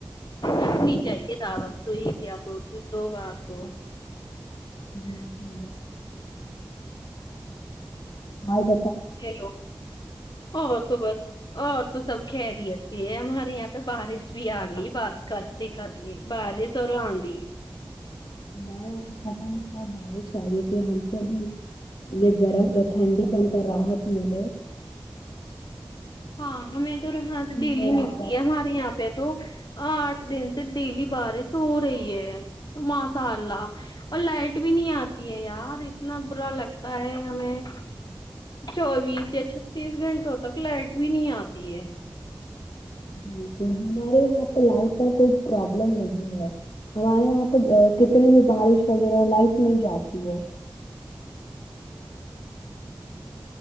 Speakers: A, on the left (about 55°); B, on the left (about 75°).
A: رکھنی چاہیے دعوت تو ایک یا دو دو بات ہو
B: بالکال آاں گ
A: ہیلو اور تو بس اور تو سب خیریت سے ہے ہمارے یہاں پہ بارش بھی آ گئی بات کرتے کرتے بارش اور آندھی
B: بریا پر پتہ نہیں صب بارش آئی ہے تھی ہم کو بھی یہ گرم ا ٹھنڈی پنتا رات م نے
A: ہاں ہمیں تو رح ڈیلی
B: ہے یہاں
A: ملتی
B: پر
A: ہے ہمارے یہاں پہ تو آٹھ دن سے ڈیلی بارش ہو رہی ہے ماشاء اللہ اور لائٹ بھی نہیں آتی ہے یار اتنا برا لگتا ہے ہمیں چوبیس یا چھتیس گھنٹوں تک لائٹ بھی نہیں آتی ہے
B: بالکل ہمارے یہاں پہ لائٹ کا کوئی پرابلم نہیں ہے ہمارے یہاں پہ کتنے بھی بارش وغیرہ لائٹ مل جاتی ہے